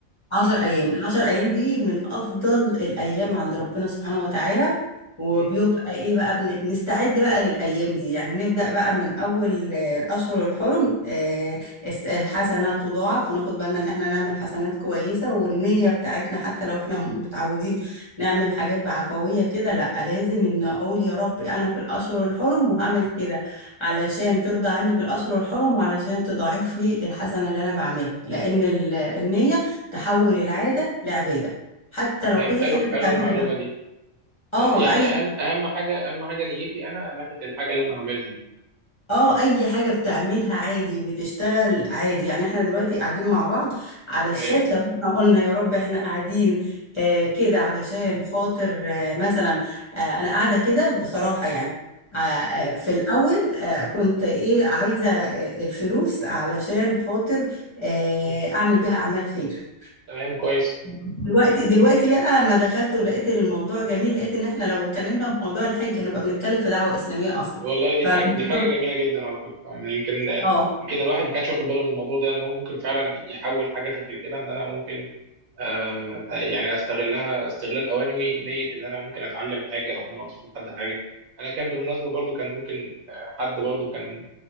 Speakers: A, on the left; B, on the right.
A: عشر
B: اه
A: أيام العشر أيام دي من أفضل الأيام عند ربنا سبحانه وتعالى وبيبقى
B: أمم.
A: إيه بقى بن... نستعد بقى للأيام دي يعني نبدأ بقى من أول آه، الأشهر الحرم آه، الس- الحسنة تضاعف وناخد بالنا إن إحنا نعمل حسنات كويسة والنية بتاعتنا حتى لو إحنا متعودين نعمل حاجات بعفوية كده لأ لازم إن أقول يا رب أنا في الأشهر الحرم وهعمل كده علشان ترضى عني في الأشهر الحرم وعلشان تضاعف لي الحسنة اللي أنا بعملها لأن ال- النية تحول العادة لعبادة حتى
B: تمام
A: لو أي
B: حلو
A: حاجة
B: حلو
A: بتعملها
B: المعلومه دي
A: اه
B: آه، يعني
A: أي
B: اهم اهم حاجه اهم حاجه نيتي انا ناحيه الحاجه اللي انا هعملها دي
A: اه أي حاجة بتعملها عادي بتشتغل عادي يعني احنا دلوقتي قاعدين مع بعض على
B: تمام
A: الشات لو احنا قلنا يا رب احنا قاعدين آه كده علشان خاطر آه مثلا آه أنا قاعدة كده بصراحة يعني آه آه،
B: أمم.
A: في الأول آه كنت إيه عايزة آه الفلوس علشان خاطر آه
B: أمم.
A: أعمل بيها أعمال خير
B: تمام كويس
A: دلوقتي دلوقتي بقى ما دخلت ولقيت الموضوع جميل لقيت ان احنا لو اتكلمنا في موضوع الحج هنبقى بنتكلم في دعوة إسلامية اصلا
B: والله دي
A: فالموضوع
B: حاجه دي حاجه جميله جدا على فكره يعني يمكن
A: اه
B: يمكن الواحد ما كانش واخد باله من الموضوع ده ان هو ممكن فعلا يحول حاجه شكل كده ان انا ممكن آه، آه، يعني استغلها استغلال اوانوي نيه ان انا ممكن اتعلم حاجه او ان انا اضيف لحد حاجه انا كان بالمناسبه برضو كان ممكن آه، حد برضو كان